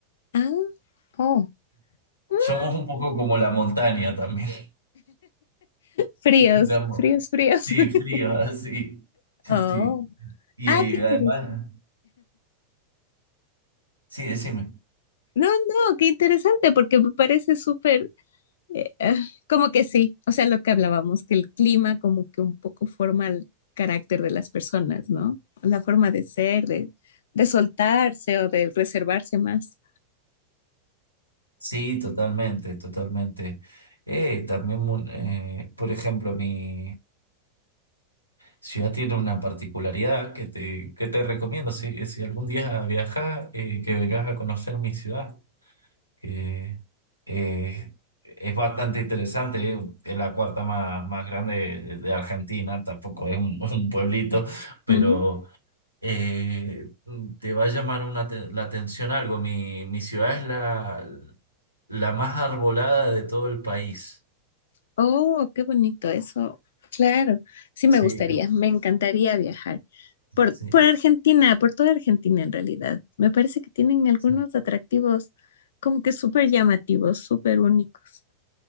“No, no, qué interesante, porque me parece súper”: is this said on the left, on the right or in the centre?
Left